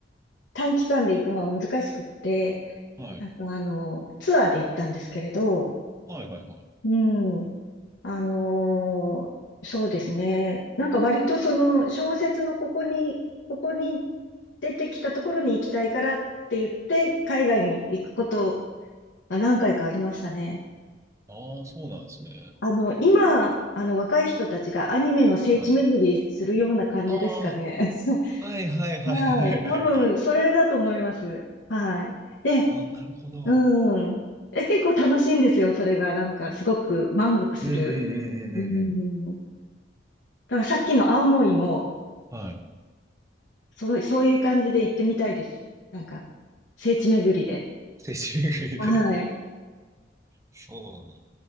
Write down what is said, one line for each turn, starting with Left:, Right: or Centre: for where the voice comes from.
Left: 短期間で行くのは難しくって、
Right: はい。
Left: なんかあの、ツアーで行ったんですけれど、
Right: はいはいはい。
Left: うん、あのーそうですね。なんか割とその小説のここに、ここに出てきたところに行きたいからって言って、海外に行くことが何回かありましたね。
Right: ああ、そうなんですね。
Left: あの、今、あの、若い人たちがアニメの聖地巡りするような感じですかね。
Right: はい。あ
Left: <laughs>
Right: あ、はいはいはいはいはいはい。
Left: はい。多分、それだと思います。はい。で、
Right: ああ、なるほど。
Left: うん。え、結構楽しいんですよ。それが、なんか、すごく満足する。
Right: うんうんうんうんうんうん。
Left: うん。だからさっきの青森も、
Right: はい。
Left: すごい、そういう感じで行ってみたいいでですなんか聖地巡りで
Right: 聖地巡りで。
Left: はい
Right: そうな。